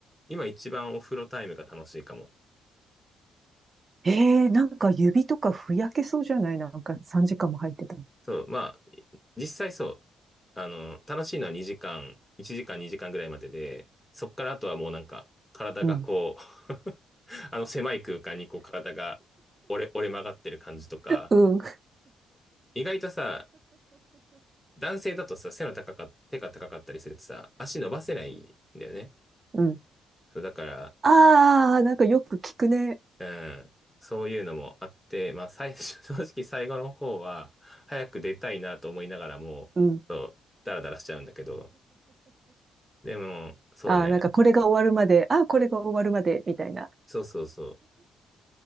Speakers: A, in the centre; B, on the right (about 35°).
A: 今一番お風呂タイムが楽しいかも。
B: ええなんか指とかふやけそうじゃないなんか3時間も入ってたら。
A: そう、まあ、い実際そう。あの、楽しいのは2時間、1時間2時間ぐらいまでで、そっからあとはもうなんか、体がこう
B: うん。
A: <laughs> あの狭い空間にこう体が折れ、折れ曲がってる感じとか、
B: うん。
A: 意外とさ、男性だとさ、背の高か、手が高かったりするとさ、足伸ばせないんだよね。
B: うん。
A: そう、だから、
B: ああ、なんかよく聞くね。
A: うん、そういうのもあって、まあ、最初、<laughs> 正直最後の方は、早く出たいなと思いながらも、
B: うん。
A: そう、ダラダラしちゃうんだけど、でも、そうだね。
B: ああ、なんかこれが終わるまで、ああ、これが終わるまで、みたいな。
A: そうそうそう。